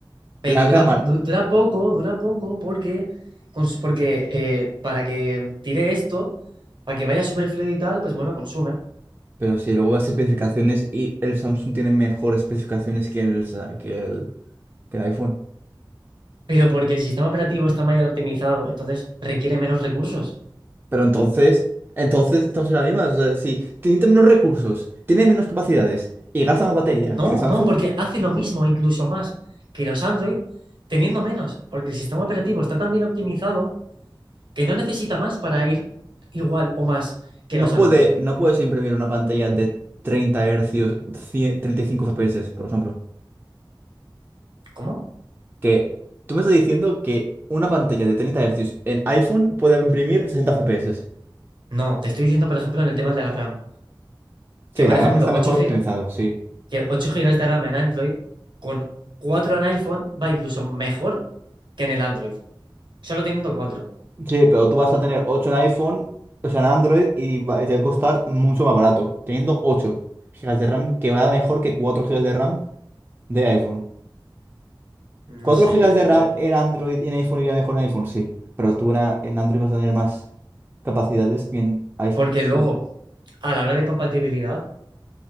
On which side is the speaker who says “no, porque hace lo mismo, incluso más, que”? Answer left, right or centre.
Right